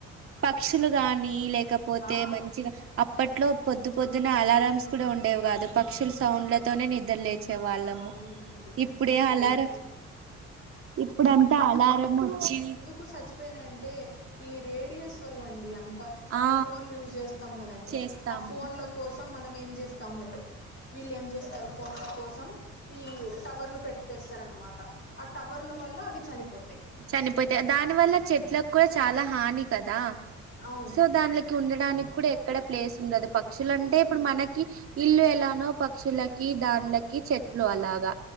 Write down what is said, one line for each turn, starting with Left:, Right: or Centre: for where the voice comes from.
Right: పక్షులు గాని లేకపోతే
Left: ఆ
Right: మంచిగా అప్పట్లో పొద్దు పొద్దున అలారం స్ కూడా ఉండేవి కాదు పక్షుల సౌండ్లతోనే నిద్ర లేచి వాళ్ళము
Left: అవునండి
Right: ఇప్పుడే
Left: అసలు
Right: అలార ఇప్పుడంతా అలారం వచ్చి
Left: కు సచ్చిపోయినాయంటే ఈ రేడియోస్ వల్ల అండి అంత్ ఇప్పుడు
Right: ఆ
Left: ఫోన్లు యూస్ చేస్తాం కదండీ
Right: చేస్తాము
Left: ఆ ఫోన్లో కోసం మనం ఏం జేస్తాము వీళ్ళు ఏం జేస్తారు ఫోన్ల కోసం ఈ టవర్లు పెట్టేస్తరనమాట ఆ టవర్లు వల్ల అవి చనిపోతాయ్
Right: చనిపోతాయ్ దాని వల్ల చెట్లకు కూడా చాలా హాని కదా?
Left: అవును
Right: సో దాన్లకి ఉండడానికి కూడా ఎట్ ఎక్కడ ప్లేస్ ఉండదు పక్షులంటే ఇప్పుడు మనకి ఇల్లు ఎలానో పక్షుల ఈ దాన్లకి చెట్లు అలాగా